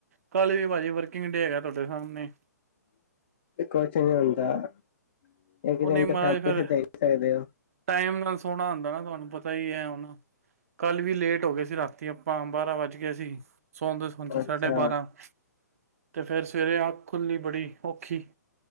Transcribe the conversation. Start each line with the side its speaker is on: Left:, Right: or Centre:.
Right: ਕੱਲ ਵੀ ਭਾਜੀ ਵਰਕਿੰਗ ਡੇ ਹੈਗਾ ਤੁਹਾਡੇ ਸਾਹਮਣੇ
Left: ਕੁਛ <inaudible> ਇੱਕ ਦਿਨ
Right: ਉਹ ਨਹੀਂ
Left: ਤਾਂ
Right: ਮਹਾਰਾਜ
Left: ਫੈਮਲੀ
Right: ਫਿਰ
Left: ਦੇ ਹੀ ਸਕਦੇ ਹੋ
Right: ਟਾਈਮ ਨਾਲ ਸੌਣਾ ਹੁੰਦਾ ਨਾ ਤੁਹਾਨੂੰ ਪਤਾ ਹੀ ਐ ਹੁਨ, ਕੱਲ ਵੀ ਲੇਟ ਟ ਹੋ ਗਏ ਸੀ ਰਾਤੀ ਆਪਾਂ ਬਾਰਾਂ ਵੱਜ ਗਏ ਸੀ ਸੌਂਦੇ-ਸੋਂਦੇ
Left: ਅੱਛਾ
Right: ਸਾਢੇ ਬਾਰਾਂ ਤੇ ਫਿਰ ਸਵੇਰੇ ਅੱਖ ਖੁੱਲ੍ਹੀ ਬੜੀ ਔਖੀ